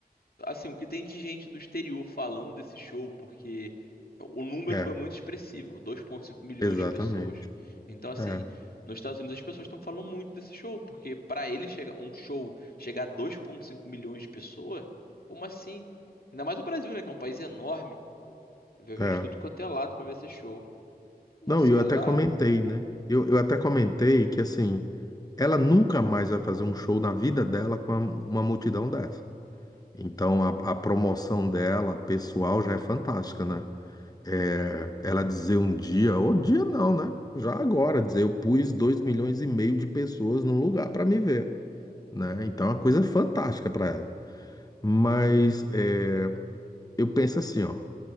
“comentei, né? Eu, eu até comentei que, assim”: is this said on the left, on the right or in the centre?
Left